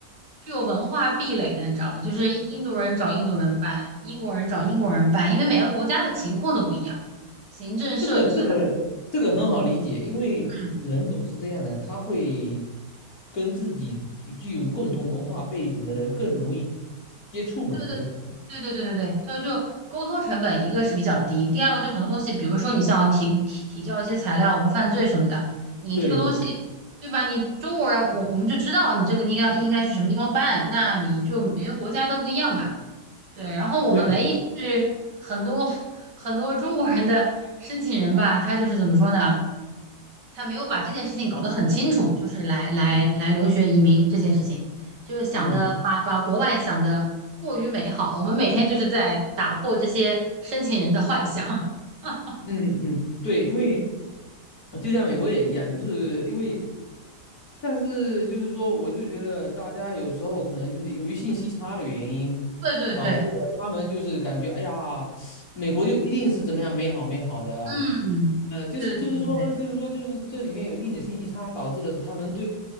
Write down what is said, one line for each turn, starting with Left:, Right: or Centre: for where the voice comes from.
Right: 是有文化壁垒的，你知道吧？就是印度人找印度人办，英国人找英国人办，因为每个国家的情况都不一样，行政设置的，
Left: 这个这个这个很好理解，因为人总是这样的，
Right: 嗯，
Left: 他会跟自己具具有共同文化背景的人更容易接触嘛，
Right: 对对对对对对对对，
Left: 对吧？
Right: 就就沟通成本，一个是比较低，第二个就很多东西，比如说你想要提提提交一些材料，无犯罪什么的，你这个东西
Left: 对对对
Right: 对吧？你中国人，我我们就知道你这个应该应该去什么地方办，那你就每个国家都不一样嘛。对，然后我们唯一就是很多很多中国人的申请人吧，
Left: 对，
Right: 他就是怎么说呢？他没有把这件事情搞得很清楚，就是来来来留学移民这件事情，就是想的把把国外想的过于美好。
Left: 嗯
Right: 我们每天就是在打破这些申请人的幻想。<laughs>
Left: 嗯嗯，对，因为就像美国也一样，就是因为但是就是说，我就觉得大家有时候可能就是由于信息差的原因，
Right: 对对对，
Left: 导致了他们就是感觉，哎呀，美国就一定是怎么样美好美好的，
Right: 嗯，
Left: 呃，就是就是说就是说就是这里面有一定的信息差，
Right: 对对
Left: 导致了他们对